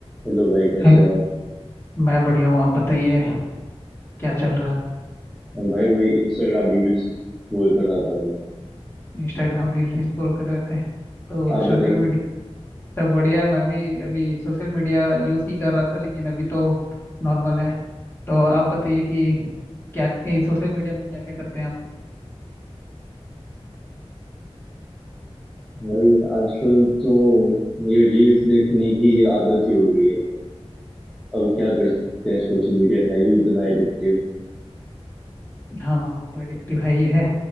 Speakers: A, in the centre; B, on the left.
A: Hello भाई कैसे
B: हाय,
A: हो आप
B: मैं बढ़िया हूँ आप बताइए क्या चल रहा है आप
A: हम भाई वही इंस्टाग्राम रील्स रोल कर रहा था भाई
B: इंस्टाग्राम रील्स स्क्रॉल कर रहे थे तो
A: आप बताइए
B: सोशल मीडिया सब बढ़िया है मैं भी अभी सोशल मीडिया यूज ही कर रहा था लेकिन अभी तो नॉर्मल है तो आप बताइए कि क्या सोशल मीडिया में क्या क्या करते हैं आप
A: भाई आजकल तो ये रील्स देखने की आदत ही हो गई है अब क्या कर सकते हैं सोशल मीडिया है ही इतना एडिक्टिव
B: हाँ वो तो एडिक्टिव है ही है